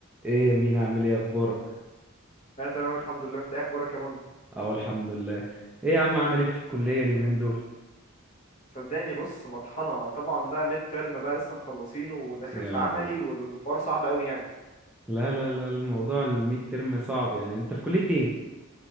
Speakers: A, in the centre; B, on the left.
A: ايه يا مين عامل ايه اخبارك
B: لا تمام الحمد لله انت ايه اخبارك يا من
A: اه الحمد لله ايه يا عم عامل ايه في الكلية اليومين دول
B: صدقني بص مطحنه طبعا بقى ميد ترم بقى لسه مخلصينه وداخل
A: يا
B: في
A: لهوي
B: عملي والحوار صعب قوي يعني
A: لا لا لا الموضوع الميد ترم صعب يعني انت في كلية ايه